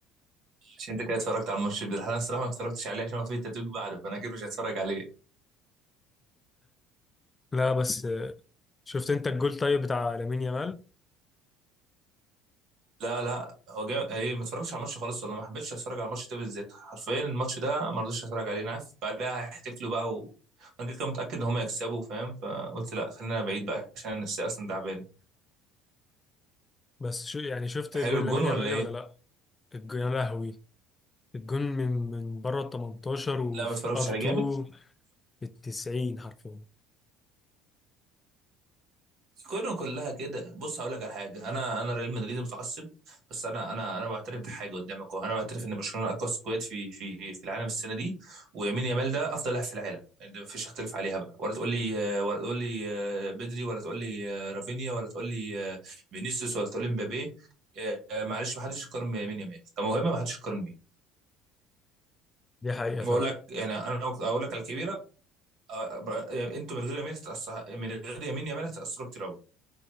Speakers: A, on the right; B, on the left.
A: عشان انت كده اتفرجت على الماتش ده انا الصراحه ما اتفرجتش عليه عشان هو فيه تتويج بعده فانا اكيد مش هتفرج عليه
B: لا بس آه، شفت انت الجول طيب بتاع لامين يامال
A: لا لا هو جا... ايه ما اتفرجتش على الماتش خالص ولا ما حبيتش اتفرج على الماتش ده بالذات حرفيا الماتش ده ما رضيتش اتفرج عليه انا عارف بعدها هيحتفلوا بقى و... وانا كده كده متاكد ان هم يكسبوا فاهم فقلت لا خلينا بعيد بقى عشان انا نفسي اصلا تعبان
B: بس شو يعني شفت
A: حلو
B: جون
A: الجون
B: لامين
A: ولا
B: يامال
A: ايه؟
B: ولا لا الجون يا لهوي الجون من من بره ال 18 وفي
A: لا ما اتفرجتش
B: ار 2
A: عليه جامد
B: في ال 90 حرفيا
A: كلهم كلها كده بص هقول لك على حاجه انا انا ريال مدريد متعصب بس انا انا انا بعترف بحاجه قدامك أهو. انا بعترف ان برشلونه اقوى سكواد في في في العالم السنه دي ويمين يامال ده افضل لاعب في العالم يعني ده مفيش اختلاف عليها بقى ولا تقول لي ولا تقول لي آه، بدري ولا تقول لي آه، رافينيا ولا تقول لي آه، فينيسيوس ولا تقول لي مبابي آه، آه، معلش ما حدش يقارن بيمين يامال كموهبه ما حدش يقارن بيه
B: دي حقيقة
A: بقول
B: فعلا
A: لك يعني انا اقول لك على الكبيره آه، ب- يعني انتوا من غير يمين هتتاثر من غير يمين يامال هتتاثروا كتير قوي